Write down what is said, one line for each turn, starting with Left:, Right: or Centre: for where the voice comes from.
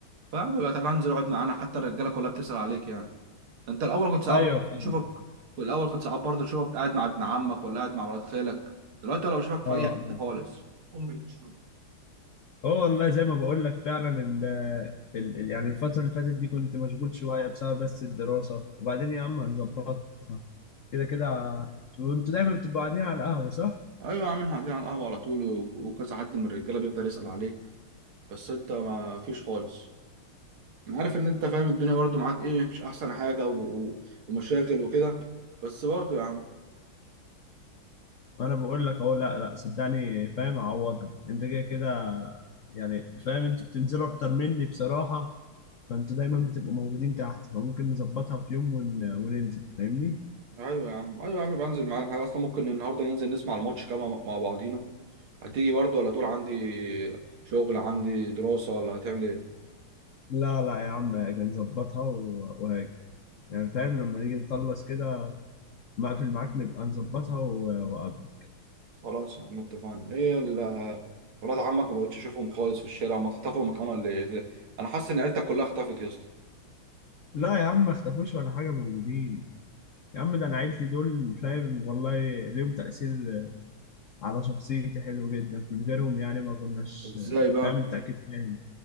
Right: فبيبقى تعالى انزل اقعد معانا حتى الرجاله كلها بتسأل عليك يعني انت الاول كنت ساعات
Left: ايوه فاهم
Right: بشوفك كل الاول كنت ساعات برضه اشوفك قاعد مع ابن عمك ولا قاعد مع ولاد خالك دلوقتي ولا بشوفك في
Left: اه
Right: اي حته خالص امي بتشوف
Left: اه والله زي ما بقول لك فعلا ال ال ال- يعني الفترة اللي فاتت دي كنت مشغول شوية بسبب بس الدراسة وبعدين يا عم هنظبطها كده كده وانتوا دايما بتبقوا قاعدين على القهوة صح؟
Right: ايوه يا عم احنا قاعدين على القهوه على طول و- وكذا حد من الرجاله بيفضل يسال عليك بس انت ما فيش خالص انا عارف ان انت فاهم الدنيا برضه معاك ايه مش احسن حاجه و... و... ومشاغل وكده بس برضه يا عم
Left: انا بقول لك اهو لا لا صدقني فاهم اعوضها انت كده كده يعني فاهم انتوا بتنزلوا اكتر مني بصراحة فانتوا دايما بتبقوا موجودين تحت فممكن نظبطها في يوم ون... وننزل فاهمني؟
Right: ايوه يا عم ايوه يا عم بنزل معانا احنا اصلا ممكن النهارده ننزل نسمع الماتش كمان مع مع بعضينا هتيجي برضه ولا تقول عندي شغل عندي دراسه ولا هتعمل ايه
Left: لا لا يا عم هاجي نظبطها و... وهاجي يعني فاهم لما نيجي نخلص كده مقفل معاك نبقى نظبطها و- وقبل
Right: خلاص يا عم اتفقنا ايه ال ولاد عمك ما بقتش اشوفهم خالص في الشارع هم اختفوا مكانها اللي اللي- انا حاسس ان عيلتك كلها اختفت يا اسطى
Left: لا يا عم ما اختفوش ولا حاجة موجودين يا عم ده انا عيلتي دول فاهم والله ليهم تأثير على شخصيتي حلو جدا من غيرهم يعني ما كناش
Right: ازاي بقى
Left: فاهم انت اكيد فاهم